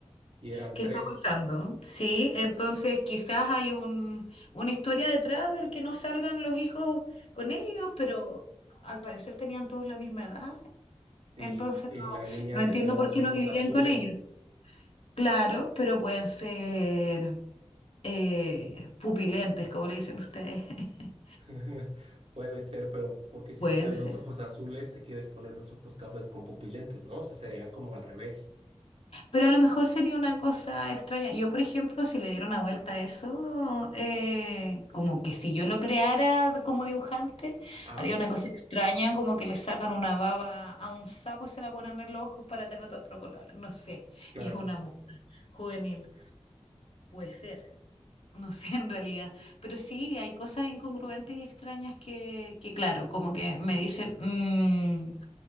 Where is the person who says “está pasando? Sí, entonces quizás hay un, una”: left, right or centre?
Left